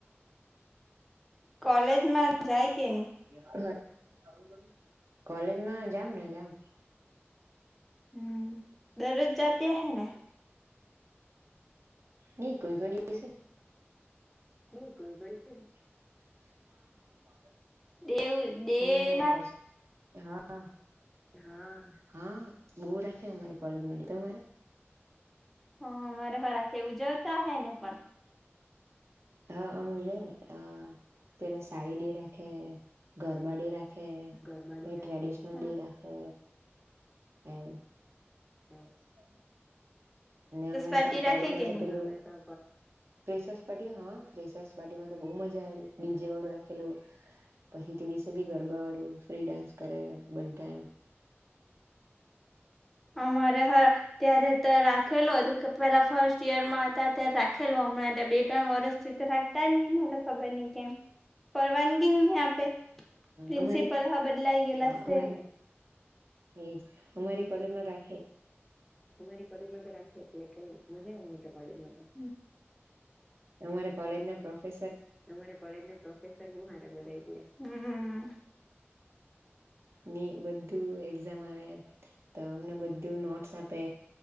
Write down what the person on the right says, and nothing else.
<unintelligible>
કોલેજમાં જામ ને જામ
નહી કોઈ કોઈ દિવસે
<unintelligible> <unintelligible>
હમણાં તો હા
હા બહુ રાખે અમારી કોલેજ માંથી તમારે
હા અમે જય ને હ પેલા સાડી ડે રાખે ગરબા ડે રાખે
એ ટ્રેડિશનલ ડે રાખે એમ
<unintelligible> અમે
તો કોલેજમાં
તો
પેલું
ફ્રેશસ પાર્ટી હ ફ્રીશર્સ પાર્ટી માં તો બ મ જા ડીજે વાળું રાખેલું પછી તે દિવસે બી ગરબા વાળું ફ્રી ડાન્સ કરે બધા એમ
અમારી
અમારી હજ અમારી કોલેજ રાખ
અમારે કોલેજ ના પ્રોફે
ની બ લુ એક્ઝામ આવે તો અમને બધું નોટ્સ આપે